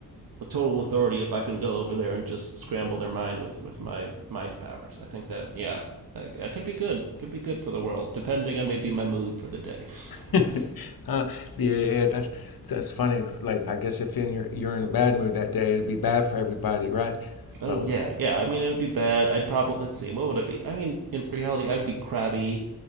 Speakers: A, on the right; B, on the left.
A: the total authority if I can go over there and just scramble their mind with with my mind powers. I think that yeah, that, could be good. Could be good for the world, depending on maybe my mood for the day. <laughs>
B: <laughs>
A: I guess.
B: Uh, yeah, yeah, that's that's funny. Like, I guess if in your you're in a bad mood that day, it'd be bad for everybody, right?
A: Oh
B: But
A: yeah, yeah. I mean, it would be bad. I'd probably let's see, what would it be? I mean, in reality, I'd be crabby.